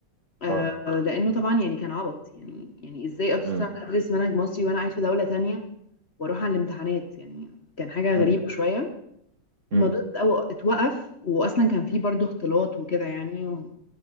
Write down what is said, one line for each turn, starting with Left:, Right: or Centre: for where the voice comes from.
Left: آه
Right: اه
Left: لانه طبعا يعني كان عبط يعني يعني ازاي ادرس
Right: امم
Left: ادرس منهج مصري وانا قاعد في دوله تانية واروح على الامتحانات يعني كان حاجه
Right: امم
Left: غريبه شويه
Right: امم
Left: الموضوع اتو- اتوقف واصلا كان فيه برضو اختلاط وكده يعني و...